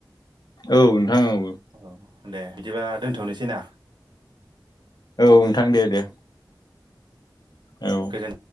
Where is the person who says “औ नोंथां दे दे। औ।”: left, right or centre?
Left